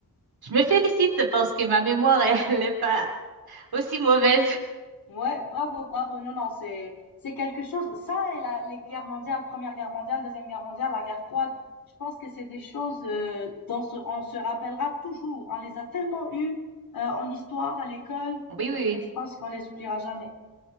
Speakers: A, on the right; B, on the left.
A: je me félicite parce que ma mémoire, <laughs> elle n'est pas aussi mauvaise.
B: Ouais, bravo, bravo. Non, non, c'est c'est quelque chose. Ça et la, les guerres mondiales, Première Guerre mondiale, Deuxième Guerre mondiale, la guerre froide. Je pense que c'est des choses euh, dont se- on se rappellera toujours. On les a tellement eues euh, en histoire à l'école
A: Oui, oui, oui.
B: que je pense qu'on les oubliera jamais.